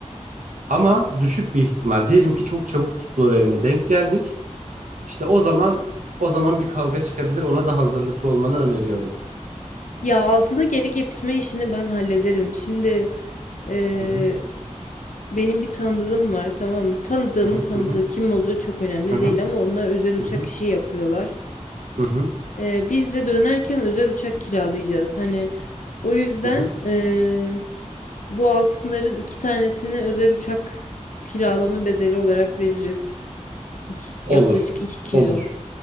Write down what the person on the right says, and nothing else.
Ama düşük bir ihtimal. Diyelim ki çok çabuk tuttular eline denk geldik. İşte o zaman o zaman bir kavga çıkabilir. Ona da hazırlıklı olmanı öneriyorum.
Hı hı
hı hı
hı
hı hı
hı hı
hı hı
hı hı.
Olur.
Olur.